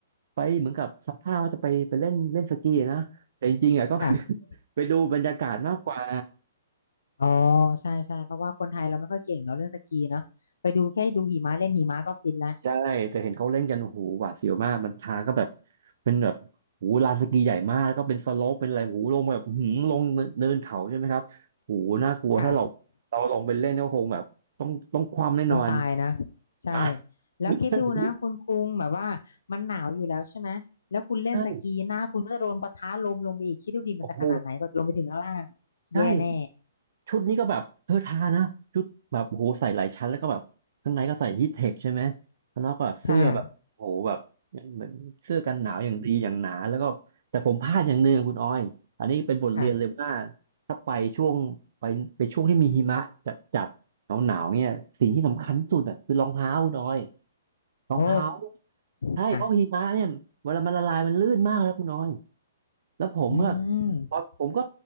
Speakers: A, on the right; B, on the left.
A: ไปเหมือนกับสมภาพว่าจะไปไปเล่นเล่นสกีนะแต่จริงๆอ่ะก็คือ
B: ค่ะ
A: ไปดูบรรยากาศมากกว่า
B: อ๋อใช่ใช่เพราะว่าคนไทยเราไม่ค่อยเก่งเนาะเรื่องสกีเนาะไปดูแค่ดูหิมะเล่นหิมะก็ฟินละ
A: ใช่แต่เห็นเขาเล่นกันโอ้โหหวาดเสียวมากมันทางก็แบบเป็นแบบโอ้โหลานสกีใหญ่มากแล้วก็เป็นสโลปเป็นอะไรโอ้โหลงแบบอื้อหืมลงเนินเขาใช่ไหมครับโอ้โหน่ากลัวถ้าเราเราลงไปเล่นก็คงแบบต้องต้องคว่ำแน่นอน
B: ค่ะคงตายนะ
A: <laughs>
B: ใช่
A: อ่ะ
B: แล้วคิดดูนะคุณคุงแบบว่ามันหนาวอยู่แล้วใช่ไหมแล้วคุณเล่นสกีหน้าคุณก็โดนปะทะลมลงไปอีกคิดดูดิมันจะขนาดไหนก็จะลงไปถึงข้างล่าง
A: <laughs> ใช่โอ้โหใช่
B: แย่แน่
A: ชุดนี้ก็แบบเธอทานะชุดแบบโอ้โหใส่หลายชั้นแล้วก็แบบข้างในก็ใส่ฮีทเทคใช่ไหมข้างนอกก็แบบเสื้อแบบโอ้โหแบบ
B: ใช่ค่ะ
A: เหมือนเสื้อกันหนาวอย่างดีอย่างหนาแล้วก็แต่ผมพลาดอย่างหนึ่งคุณออยอันนี้เป็นบทเรียนเลยว่า
B: ค่ะ
A: ถ้าไปช่วงไปไปช่วงที่มีหิมะจัดจัดหนาวหนาวๆเนี่ยสิ่งที่สำคัญสุดอ่ะคือรองเท้าคุณออยรองเท้า
B: โอ้
A: ใช่เพราะหิมะเนี่ยเวลามันละลายมันลื่นมากแล้วคุณออย
B: ค่ะ
A: แล้วผมก็
B: อืม
A: ตอนผมก็